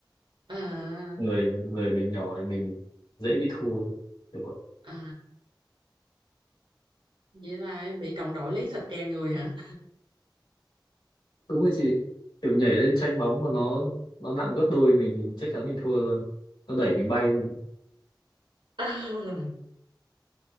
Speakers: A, on the right; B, on the left.
A: À,
B: người người mình nhỏ thì mình dễ bị thua kiểu vậy.
A: à, vậy là em bị đồng đội lấy thịt đè người hả?
B: đúng rồi chị kiểu nhảy lên tranh bóng mà nó nó nặng gấp đôi mình thì chắc chắn mình thua luôn nó đẩy mình bay luôn
A: <laughs>